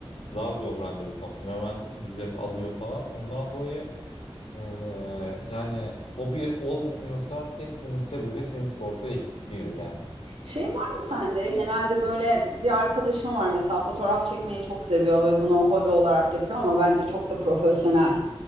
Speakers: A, on the left; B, on the right.
A: zar zor randevu kaptım. Hemen millet alıyor falan. Ondan dolayı eee, yani hobi olmuyorsa tek bunun sebebi tenis kortu eksikliğidir yani.
B: Şey var mı sende? Genelde böyle bir arkadaşım var mesela fotoğraf çekmeyi çok seviyor ve bunu hobi olarak yapıyor ama bence çok da profesyonel.